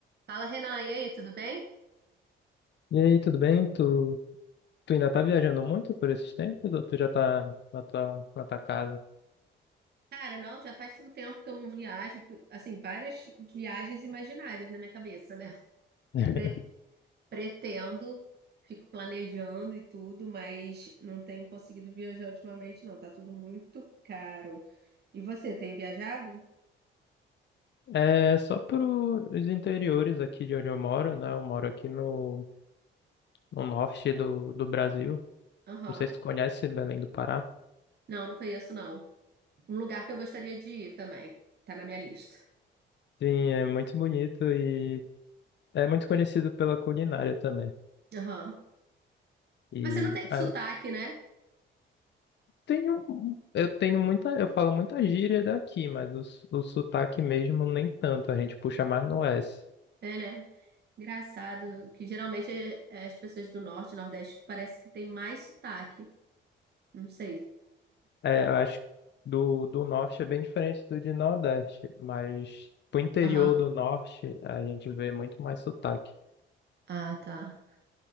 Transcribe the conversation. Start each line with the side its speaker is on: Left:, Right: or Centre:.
Right: Fala, Renan, e aí, tudo bem?
Left: E aí, tudo bem? Tu, tu ainda tá viajando muito por esses tempos ou tu já tá na tua, na tua casa?
Right: Cara, não, já faz um tempo que eu não viajo, fui- assim, várias viagens imaginárias na minha cabeça, né?
Left: <laughs>
Right: Pre- pretendo, fico planejando e tudo, mas não tenho conseguido viajar ultimamente, não, tá tudo muito caro. E você, tem viajado?
Left: É só pros interiores aqui de onde eu moro, né? Eu moro aqui no, no norte do, do Brasil.
Right: Aham.
Left: Não sei se tu conhece Belém do Pará.
Right: Não, não conheço, não. Um lugar que eu gostaria de ir também, tá na minha lista.
Left: Sim, é muito bonito e é muito conhecido pela culinária também.
Right: Aham.
Left: E
Right: Você não tem sotaque,
Left: ah,
Right: né?
Left: tenho, eu tenho muita, eu falo muita gíria daqui, mas o, s- o sotaque mesmo nem tanto, a gente puxa mais no S.
Right: É, né? Engraçado, que geralmente é, é as pessoas do norte nordeste parece que tem mais sotaque. Não sei.
Left: É, eu acho que do, do norte é bem diferente do de nordeste, mas pro interior
Right: Aham.
Left: do norte a gente vê muito mais sotaque.
Right: Ah, tá.